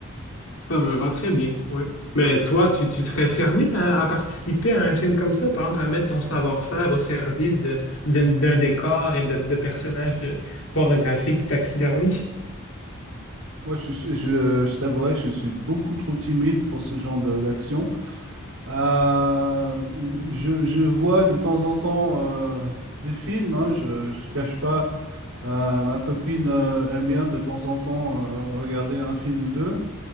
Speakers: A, on the left; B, on the right.
A: Ça me va très bien, oui. Mais toi, tu, tu serais fermé à, à participer à un film comme ça, par exemple, à mettre ton savoir-faire au service de, d'un d'un décor et de, de personnages de- pornographiques taxidermiques?
B: Moi, je, suis- je, je t'avouerai que je suis beaucoup trop timide pour ce genre de- d'action. Euh, je, je vois de temps en temps euh, des films, hein, je ne te cache pas. Euh, ma copine euh, aime bien de temps en temps euh, regarder un film ou deux.